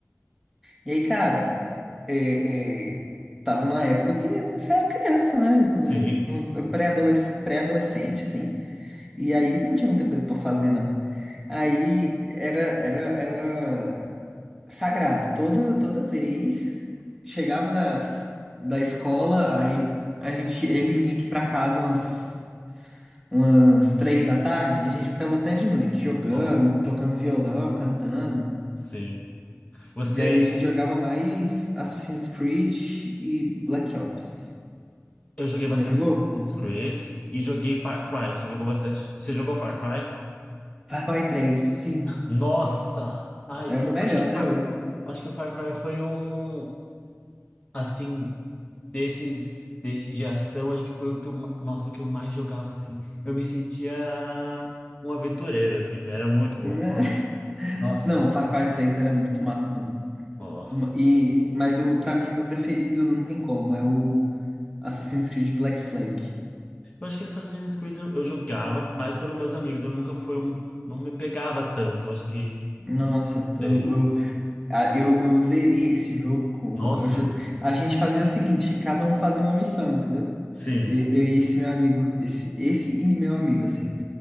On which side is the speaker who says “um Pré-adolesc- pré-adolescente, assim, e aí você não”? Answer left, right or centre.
Centre